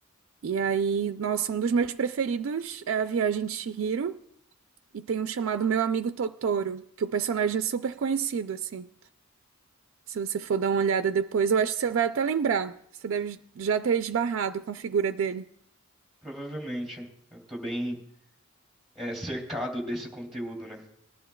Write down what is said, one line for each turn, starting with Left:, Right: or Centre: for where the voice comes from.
Right: E aí, nossa, um dos meus preferidos é A Viagem de Chihiro e tem um chamado Meu Amigo Totoro, que o personagem é super conhecido, assim. Se você for dar uma olhada depois, eu acho que você vai até lembrar. Você deve já ter esbarrado com a figura dele.
Centre: Provavelmente. Eu tô bem é, cercado desse conteúdo, né?